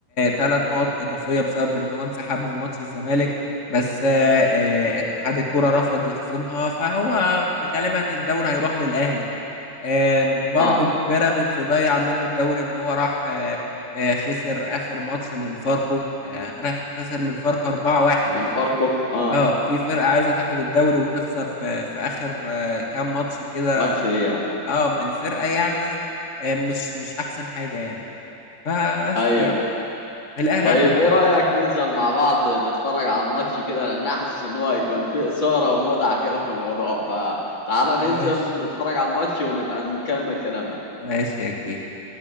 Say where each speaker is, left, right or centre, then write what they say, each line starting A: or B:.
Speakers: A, on the left (about 40°); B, on the left (about 80°).
A: ثلاث نقط اضافيه بسبب ان هو انسحب من ماتش الزمالك بس آه، آه، اتحاد الكوره رفض يخصمها فهو غالبا الدوري هيروح للأهلي آم، برضو
B: اه
A: بيراميدز ضيع منه الدوري ان هو راح آه، آه، خسر اخر ماتش من فاركو آه، راح خسر من فاركو 4-1
B: من
A: يعني
B: فاركو اه
A: اه في فرقة عايزة تاخد الدوري وتخسر في في اخر آه، كام ماتش كده
B: ماتش ريال
A: اه من فرقة يعني آه، مش مش احسن حاجة يعني فبس
B: ايوه
A: يعني الاهلي
B: طيب
A: هياخد الدوري
B: ايه رأيك ننزل مع بعض نتفرج على الماتش كده لان انا حاسس ان هو هيكون فيه إثارة ومتعة كده في الموضوع فتعالى
A: ماشي
B: ننزل نتفرج على الماتش ونبقى نكمل كلامنا
A: ماشي يا كبير